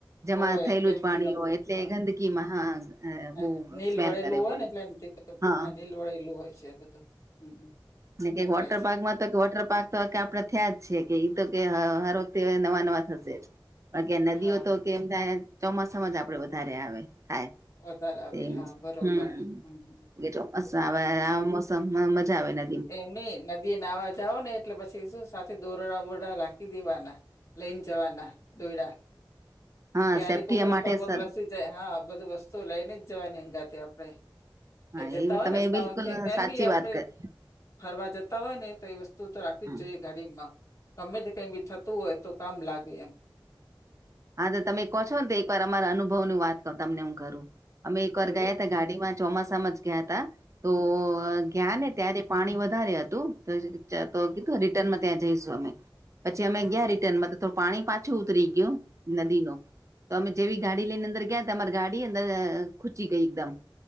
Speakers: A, on the right; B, on the left.
A: જમા
B: હોય
A: થયેલું
B: એટલે
A: જ
B: નથી
A: પાણી
B: ગમતું
A: હોય એટલે
B: હા
A: ગંદકી માં હા
B: હા
A: બહુ
B: નીલ
A: સ્મેલ
B: વળેલું
A: કરે
B: હોય
A: પડ્યું
B: ને એટલે નથી ગમ
A: હા
B: નીલ વળેલું હોય છે બધું હમ
A: ને કેક
B: એટલે
A: વોટરપાર્ક
B: જ
A: તો વોટર પાર્ક તો આપડે થયા જ છે કે ઈ તો કે હર વખતે નવા નવા થશે જ પણ કે નદીઓ
B: હા
A: તો કેમ થાય ચોમાસામાં જ આપડે વધારે આવે થાય
B: વધારે આવે
A: હમ
B: હા બરોબર
A: હમમ
B: હમ હમ
A: જે ચોમાસા વે મોસમ મજા આવેને
B: એમની નદી એ નાહવા જાઓ ને એટલે પછી શું સાથે દોરડા બોરડા રાખી દેવાના લઈને જવાના દોયડા
A: હા
B: ક્યારે
A: સેફ્ટી
B: કોક નો
A: માટે
B: પગ પગ
A: સર
B: લપશે જાય હા બધું વસ્તુ લઈને જ જવાની હગાથે આપડે
A: હા
B: કે જતા
A: એ
B: હોય
A: તમે
B: ને રસ્તામાં
A: બિલકુલ
B: કાય
A: સાચી
B: બી આપડે
A: વાત કરી
B: ફરવા જતા હોય ને તો એ વસ્તુ તો રાખવી
A: હ
B: જ જોઈએ. ગાડીમાં ગમે તે કઈ બી થતું હોય તો કામ લાગે એમ.
A: હા તો તમે કહો છો ને તો એકવાર અમારા અનુભવની વાત તમને એ કરું અમે એકવાર
B: એવું
A: ગયા ગાડીમાં ચોમાસામાં જ ગયા તા તો
B: હમ
A: ગયા
B: હમ
A: ને ત્યારે પાણી વધારે હતું તો
B: હમ
A: કીધું રિટર્નમાં ત્યાં જઈશું અમે પછી અમે
B: હમ
A: ગયા રિટર્નમાં તો થોડું પાણી પા છુ ઉતરી ગયું તો અમે જેવી ગાડી લઈને અંદર ગયા તમારી ગાડી અંદર ખૂચી ગઈ એકદમ